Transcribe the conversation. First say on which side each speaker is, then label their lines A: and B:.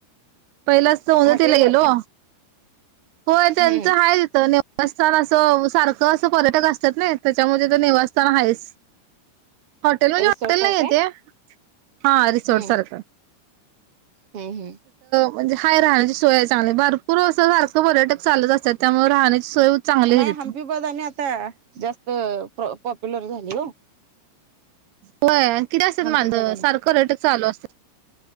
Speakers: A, on the right; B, on the right.
A: पहिला सोंदतीला
B: हॉटेल वर
A: गेलो. होय त्यांच
B: हम्म
A: हाय तिथ बसस्थान असं अ सारखं असं पर्यटक असत्यात नइ त्याच्यामध्ये निवासस्थान हायच. हॉटेल म्हणजे
B: रिसॉर्ट
A: हॉटेल नाही आहे
B: काय?
A: ते हा रिसोर्ट
B: हम्म
A: सारख
B: हम्म हम्म.
A: म्हंजे हाय राहण्याची सोयाय चांगली भारपूर वसं सारखं पर्यटक चालूच असत्यात त्यामुळे राहण्याची सोय चांगली
B: न्हाय
A: आहे तिथं.
B: हम्पी बदामी आता जास्तअ प्रो पॉप्युलर झाली ओ.
A: व्होय किती असत्यात
B: हम्पी
A: मांन्स
B: बदामी
A: सारखं पर्येटक चालू अस